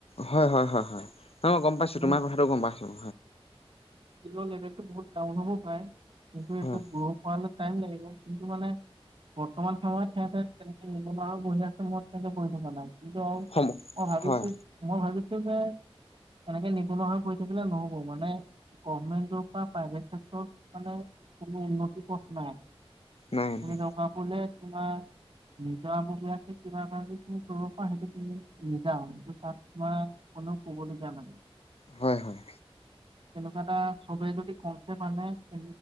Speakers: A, on the left (about 75°); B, on the right (about 55°).
A: হয়, হয়, হয়, হয়, হয়, মই গম পাইছোঁ
B: মোৰ
A: তোমাৰ কথাটো গম পাইছোঁ।
B: কিলো লেবেলটো বহত ডাউন হ'ব পায় কিন্তু
A: হয়
B: এইটো গৰুৰ পাল টাইম লাগিব, কিন্তু মানে বৰ্তমান সময়ত সিহঁতে তেনেকে নিবনুৱা আৰু সময়ত সিহঁতে কৰি থকা নাই। কিন্তু, আৰু,
A: সম
B: মই ভাবিছো,
A: হয়
B: মই ভাবি চুগাৰ। এনেকে নিবনুৱা হৈ পৰি থাকিলে নহ। মানে গভমেন্টৰ পৰা প্ৰাইভেট চেক্টৰত মানে কোনো উন্নতিৰ পথ ন।
A: নাই
B: <unintelligible>
A: নাই
B: তোমাৰ নিজাবীয়াকে কিবা এ যদি তুমি কৰিব সেইটো নিজা তাত তোমাৰ কোনেও কবলগীয়া নাই।
A: হয়, হয়।
B: তেনেকুৱা এটা চবে যদি কমছেপ আনে তে